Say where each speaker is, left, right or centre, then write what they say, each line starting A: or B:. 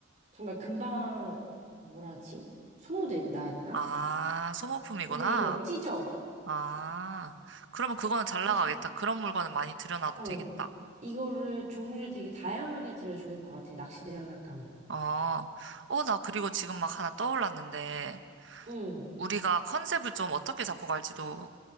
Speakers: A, on the right (about 35°); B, on the right (about 65°).
A: 정말 금방 어, 뭐라 하지? 소모된다 해야 되나?
B: 아, 소모품이구나.
A: 애들이 이거 막 찢어.
B: 아, 그러면 그거는 잘
A: 그래서
B: 나가겠다. 그런 물건은 많이 들여놔도
A: 어,
B: 되겠다.
A: 이거를 종류를 되게 다양하게 들여 좋을 것 같아. 낚시대 장난감을.
B: 어, 어, 나 그리고 지금 막 하나 떠올랐는데,
A: 응,
B: 우리가 컨셉을 좀 어떻게 잡고 갈지도